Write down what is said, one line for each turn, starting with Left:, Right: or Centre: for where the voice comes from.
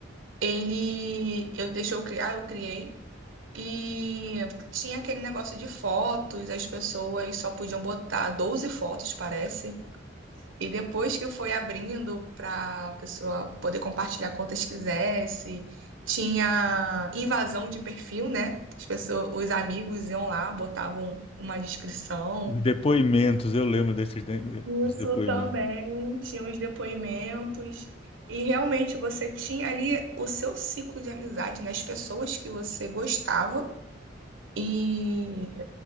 Right: ele eu deixou eu criar, eu criei. E tinha aquele negócio de fotos, as pessoas só podiam botar 12 fotos, parece. E depois que foi abrindo para a pessoa poder compartilhar quantas quisesse, tinha invasão de perfil, né? As pessoas, os amigos iam lá, botavam uma descrição.
Left: Os depoimentos, eu lembro desses de- dos
Right: Isso
Left: depoimentos.
Right: também, tinha os depoimentos. E realmente você tinha ali o seu ciclo de amizade, né? As pessoas que você gostava e